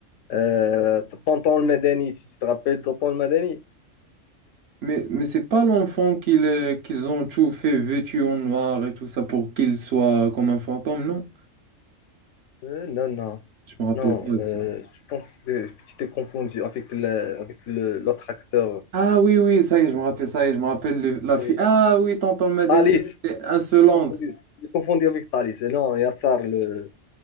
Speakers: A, on the left; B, on the right.
A: Euh, Tonton le Madani, si tu te rappelles Tonton le Madani.
B: Mais, mais c'est pas l'enfant qu'ils euh, qu'ils ont tout fait vêtu en noir et tout ça pour qu'il soit comme un fantôme, non?
A: Euh, non, non.
B: Je me rappelle
A: Non,
B: pas de
A: euh,
B: ça.
A: je pense que que tu t'es confondu avec le, avec le- l'autre acteur.
B: Ah oui, oui, ça y est, je me rappelle ça y est, je me rappelle le- la
A: Et-
B: fille. Ah oui, tonton Madani,
A: Thalys,
B: elle était insolente.
A: je t'ai confondu, je t'ai confondu avec Thalys. Et non, Yassar, le,